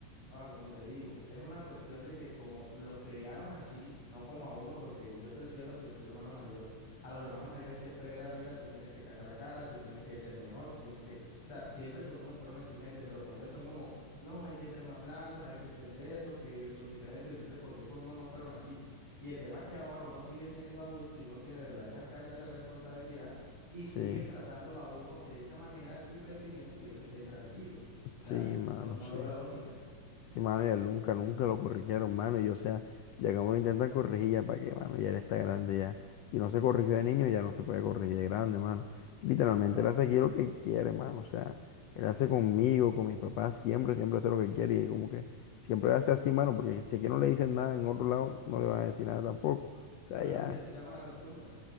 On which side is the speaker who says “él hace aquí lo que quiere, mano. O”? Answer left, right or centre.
Left